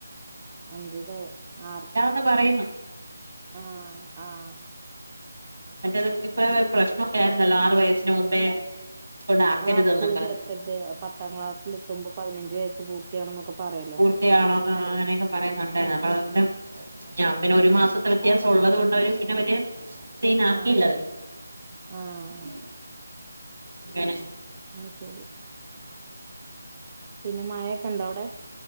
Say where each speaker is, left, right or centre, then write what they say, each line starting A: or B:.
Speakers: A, on the right; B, on the right.
A: അഞ്ചരേ ആർ
B: പ പറയുന്നു
A: ആഹ് ആഹ്
B: മറ്റേത് ഇതിപ്പോ പ്രശ്നൊക്കെ ആരുന്നല്ലോ ആറ് വയസ്സിന് മുമ്പേ കൊണ്ടാക്കരുതെന്നും
A: ആഹ് സ്കൂളി
B: പറഞ്ഞ്
A: ചേർത്തര്ത് പത്താം ക്ലാസ്സിലെത്തുമ്പ പതിനഞ്ച് വയസ്സ് പൂർത്തിയാകണൊന്നൊക്കെ പറയ്
B: പൂർത്തിയാവാണം ആഹ് ആഹ് അങ്ങനെയൊക്കെ പറയുന്നുണ്ടേ കൊണ്ടും ഞാ പിന്നെ ഒരു മാസത്തെ വ്യത്യാസം ഒള്ളതു കൊണ്ട് അവര് പിന്നെ വല്യ സീനാക്കിയില്ല
A: ആഹ് ആഹ് ആഹ്
B: അവര് ഇങ്ങനെ
A: ആഹ് ശരി പിന്നെ മയൊക്കെ ഉണ്ടോ അവിടെ